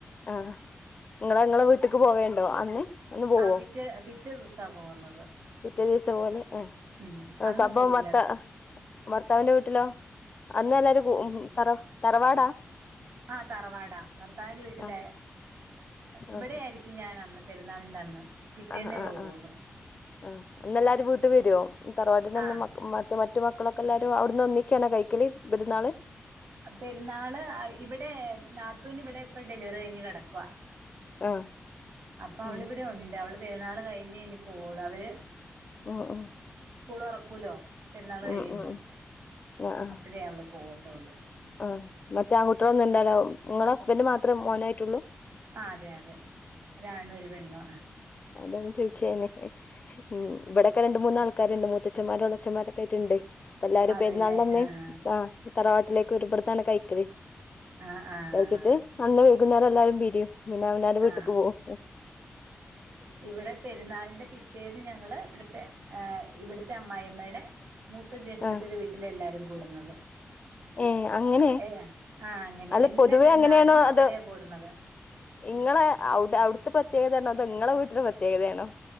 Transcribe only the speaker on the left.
ആഹ് നിങ്ങ ങ്ങളെ വീട്ടേക്ക് പോവണ്ടോ അന്ന് അന്ന് പോവോ
പിറ്റേ പിറ്റേ ദിവസപോവൽ ഹേ
അപ്പൊ
ഭർത്താ ഭർത്താവിന്റെ വീട്ടിലോ അന്ന് എല്ലും തറ തറവാടാ
ആഹ്
ആഹ്
ആഹ് ആഹ്
ആഹ് ആഹ് അന്ന് എല്ലാരും വീട്ട് വരൊ തറവാടിന്ന്
മറ്റേ മറ്റ മറ്റ മക്കളൊക്കെ എല്ലാരും അവിടുന്ന് ഒന്നിച്ചന കഴിക്കല് പെരുന്നാൾ
ആഹ്
ഉം
ഉം ഉം
ഉം
ഉം ഉം ആഹ് ആഹ്
ആഹ് മറ്റേ ആൺകുട്ടികളൊന്നും ഇല്ല നിങ്ങളുടെ ഹസ്ബൻഡ് മാത്ര മോനായിട്ടൊള്ളു
അതന്ന് ചോദിച്ചെയി ഉം ഇവിടെക്കെ രണ്ട് മൂന്നാൾക്കാരുണ്ട് മൂത്തച്ചമാരോളച്ചന്മാരൊക്കെയിട്ടുണ്ട് ഇപ്പ എല്ലാരും
പെരുന്നാള് ൻ്റെ
അന്ന് തറവാട്ടിലേക്ക് വരും ഇബട്ന്നാണ് കഴിക്കല്
കഴിച്ചിട്ട് അന്ന് വൈകുന്നേരം എല്ലാരും പിരിയും പിന്നെ അവനാ ൻ്റെവീട്ടക്ക്
പോകും
ആഹ്
ഏഹ് അങ്ങനെ
അല്ല
പൊതുവെ
അങ്ങനെയാണോ
അതോ
ഇങ്ങളെ അവ്ടെ അവ്ട്ത്തെ പ്രത്യേകതയാണോ അതോ ഇങ്ങളെ വീട്ട്ലെ പ്രത്യേകതയാണോ